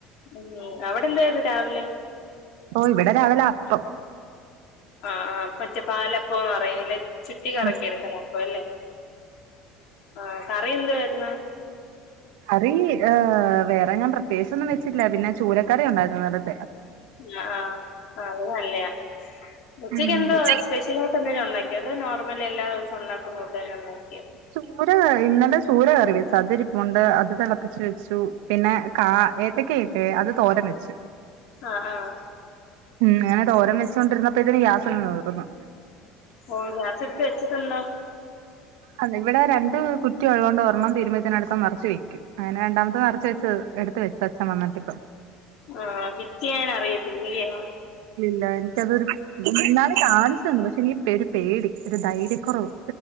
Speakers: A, on the left; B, on the right.
A: ഉവോ അവിടെന്തായിരുന്നു രാവിലെ
B: ഓ ഇവിടെ രാവിലെ അപ്പം
A: ആ ആ മറ്റേ പാലപ്പം പറയുന്നത് അല്ലെ ചി ചട്ടി കറക്കി
B: ഉം
A: എടുക്കുന്ന അപ്പല്ലേ ആ കറി എന്തായിന്നു
B: കറി ഏ വേറെ ഞാൻ പ്രത്യേകിച്ചൊന്നും വെച്ചില്ല പിന്നെ ചൂലക്കറി ഉണ്ടായിരുന്ന ഇന്നലത്തെ
A: ആ ആഹ് ആ അത് നല്ലത ഉച്ചയ്ക്ക്
B: ഉം
A: എന്തോ സ്പെഷ്യൽ ആയിട്ട് എന്തേലും ഉണ്ടാക്കിയോ അത് നോർമൽ എല്ലാ ദിവസവും ഉണ്ടാക്കുന്ന ഫുഡ്‌ തന്നെ ഉണ്ടാക്കിയെ
B: ചൂര ഇന്നലെ ചൂര കറി വെച്ച അതിരിപ്പുണ്ട് അത് തിളപ്പച്ചു വെച്ചു പിന്നെ കാ ഏത്തക്ക ഇല്ലേ അത് തോരൻ വെച്ചു
A: ആഹ ആഹ
B: ഉം അങ്ങനെ തോരം വെച്ചോണ്ടിരുന്നപ്പോത്തിന് ഗ്യാസ് അങ്ങ് തീർന്നു
A: ഓ ഗ്യാസ് എടുത്ത് വെച്ചിട്ടുണ്ടോ
B: അ ഇവിടെ രണ്ട് കുറ്റി ഉള്ളത് കൊണ്ട് ഒരെണ്ണം തീരുമ്പത്തിനടുത്തത്ത് നിറച്ചു വെക്കും അങ്ങനെ രണ്ടാമത് നിറച്ച് വെച്ചു എടുത്ത് വെച്ചു അച്ഛൻ വന്നിട്ട് ഇപ്പം
A: ആഹ ഫിറ്റ് ചെയ്യാൻ അറിയത്തില്ലയോ
B: ഇല്ല എനിക്കതൊരു ഇന്നാൾ കാണിച്ചന്നു പക്ഷെ എനിക്ക് ഒരു പേടി ഒരു ധൈര്യക്കുറവ്